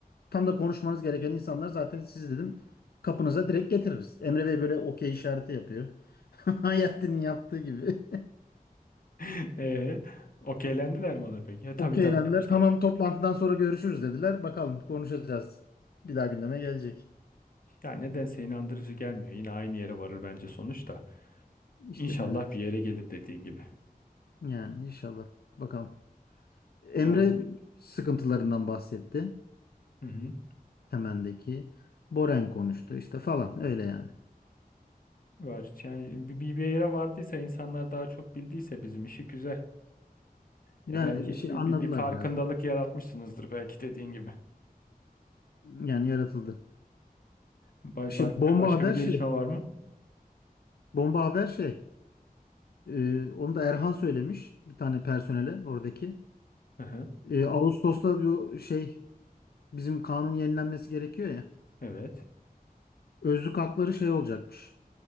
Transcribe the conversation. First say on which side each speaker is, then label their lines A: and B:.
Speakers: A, on the left; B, on the left.
A: Tam da konuşmanız gereken insanlar zaten siz dedim. Kapınıza direkt getiririz. Emre Bey böyle okey işareti yapıyor. <laughs> Hayattin'in yaptığı gibi.
B: <laughs> Ee, okeylendiler mi ona peki?
A: <laughs>
B: E, tabii
A: Okeylendiler.
B: tabii demişlerdi.
A: Tamam toplantıdan sonra görüşürüz dediler. Bakalım konuşacağız. Bir daha gündeme gelecek.
B: Ya nedense inandırıcı gelmiyor. Yine aynı yere varır bence sonuçta.
A: İşte
B: İnşallah
A: bilmem.
B: bir yere gelir dediğin gibi.
A: Yani inşallah. Bakalım. Emre
B: Var.
A: sıkıntılarından bahsetti.
B: Hı hı.
A: Temendeki. Boren konuştu işte falan öyle yani.
B: Var. Yani bir, bir bir yere vardıysa insanlar daha çok bildiyse bizim işi güzel. Ya
A: Yani
B: belki
A: şey
B: bir,
A: anladılar
B: bir, bir farkındalık
A: biraz da.
B: yaratmışsınızdır belki dediğin gibi.
A: Yani yaratıldı.
B: Ba-
A: Şey
B: başka,
A: bomba
B: başka
A: haber
B: bir gelişme
A: şey.
B: var mı?
A: Bomba haber şey. e, onu da Erhan söylemiş bir tane personele oradaki.
B: Hı hı.
A: E, Ağustos'ta bu şey bizim kanun yenilenmesi gerekiyor ya.
B: Evet.
A: Özlük hakları şey olacakmış.